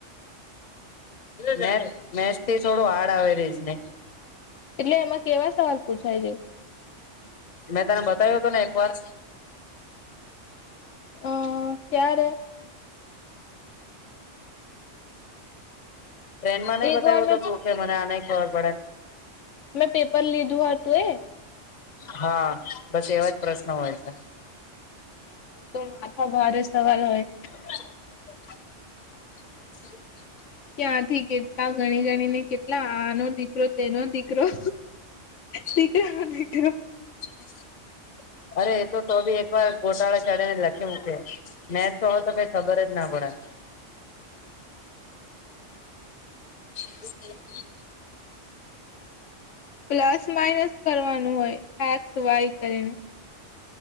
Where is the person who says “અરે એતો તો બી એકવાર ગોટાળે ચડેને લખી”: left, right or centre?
Left